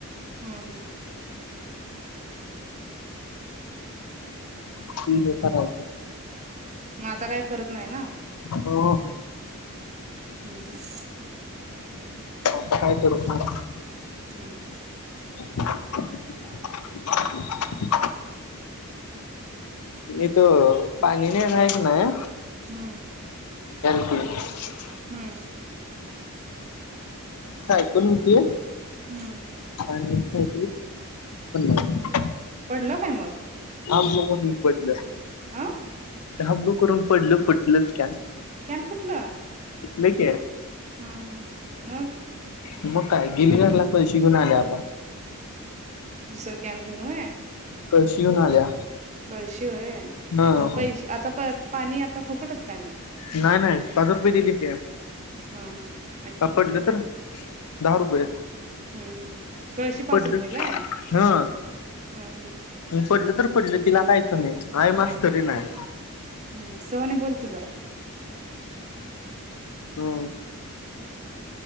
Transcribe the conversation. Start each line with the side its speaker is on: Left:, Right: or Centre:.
Right: हम्म हम्म
Left: ठीक आहे करायचं.
Right: मग आता काही करत नाही ना.
Left: हो
Right: हम्म हम्म
Left: आता काय ती रुसणं.
Right: हम्म हम्म
Left: <unintelligible> इथ पाणी नाही आहे की नाही.
Right: हम्म
Left: ह
Right: हम्म
Left: सायकल होतीय.
Right: हम्म
Left: आणि येतंय. <unintelligible>
Right: पडलं काय मग?
Left: <unintelligible> पडलं.
Right: आं
Left: धाब्ब करून पडलं फुटलच कॅन
Right: कॅन फुटलं?
Left: फुटलं की
Right: हम्म हम्म मग
Left: मग काय गिलगारला पैशे घिवून आले आता
Right: दुसर कॅन घेऊन व्हय?
Left: कळशी घेऊन आल्या.
Right: कळशी होय
Left: हा
Right: मग पैशे आता पण पाणी आता फुकटच काय मग
Left: नाय नाय पाच रुपय दिलीत्या.
Right: हम हम
Left: ह पडलं तर दहा रुपये
Right: हम्म हम्म कळशी पाच
Left: पडलं.
Right: रुपयेला आहे?
Left: हा
Right: हम्म हम्म
Left: पडलं तर पडलं तिला काय? नाही हाय मास्तरीन हाय.
Right: हम्म सवन बोलकी जरा
Left: हम्म